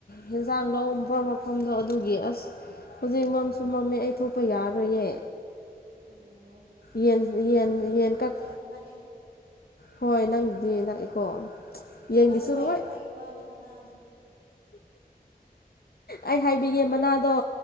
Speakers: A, on the left (about 75°); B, on the right (about 85°).
A: ꯍꯟꯖꯥꯡ ꯂꯧ ꯃꯐꯝ ꯃꯐꯝꯗꯣ ꯑꯗꯨꯒꯤ ꯑꯁ ꯍꯧꯖꯤꯛ ꯃꯝꯁꯨ ꯃꯝꯃꯦ ꯑꯩ ꯊꯣꯛꯄ ꯌꯥꯔꯣꯏꯌꯦ
B: ꯑꯣ
A: ꯌꯦꯟ ꯌꯦꯟ ꯌꯦꯟ ꯀꯛ
B: ꯅꯥꯛꯑꯦ
A: ꯍꯣꯏ ꯅꯪꯒꯤꯗꯤ ꯅꯛꯑꯦꯀꯣ ꯌꯦꯟꯒꯤꯁꯨ
B: ꯑꯃꯗ‌ꯣ ꯂꯩꯗꯕꯒꯤ
A: ꯂꯣꯏ
B: ꯋꯥꯅꯦ ꯃꯅꯥꯗꯣ
A: ꯑꯩ ꯍꯥꯏꯕꯤꯒꯦ ꯃꯅꯥꯗꯣ